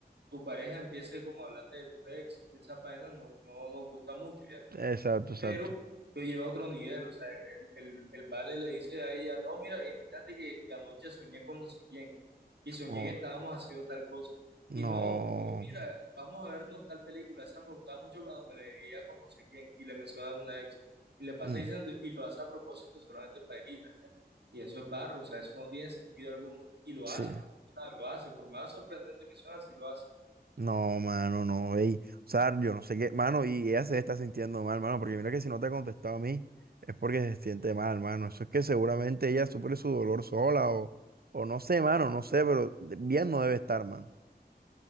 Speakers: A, on the right (about 80°); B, on the right (about 65°).
A: tu pareja empiece como a hablarte de tus ex, y esas vainas no, no nos gusta mucho, ¿ya?
B: Exacto, exacto.
A: pero lo lleva a otro nivel, o sea, el, el, el vale le dice a ella, no, mira, imagínate que, que anoche soñé con no sé quién y soñé
B: Oh,
A: que estábamos haciendo tal cosa.
B: no.
A: Y no, o mira, vamos a vernos tal película, esa me gustaba mucho cuando me la veía con no sé quién y le menciona a una ex y le pasa
B: mm,
A: diciendo, y lo hace a propósito solamente para herirla, ¿ya? Y eso es barro, o sea, eso no tiene sentido alguno. Y lo
B: sí.
A: hace, mano, o sea, lo hace, por más sorprendente que suene, así lo hace.
B: No, mano, no. Ey. O sea, yo no sé qué. Mano, y ella se está sintiendo mal, mano. Porque mira que si no te ha contestado a mí, es porque se siente mal, mano. Eso es que seguramente ella sufre su dolor sola o, o no sé, mano, no sé, pero bien no debe estar, mano.